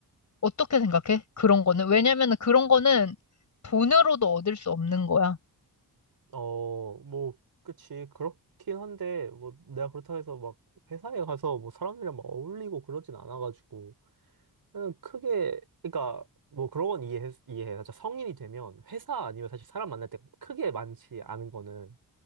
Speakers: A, on the left; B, on the right.
A: 어떻게 생각해? 그런 거는? 왜냐면은 그런 거는 돈으로도 얻을 수 없는 거야.
B: 어, 뭐, 그치. 그렇긴 한데, 뭐, 내가 그렇다고 해서 막 회사에 가서 뭐 사람들이랑 막 어울리고 그러진 않아가지고. 그냥 크게, 그러니까, 뭐 그런 건 이해해, 이해해. 진짜 성인이 되면 회사 아니면 사실 사람 만날 때 크게 많지 않은 거는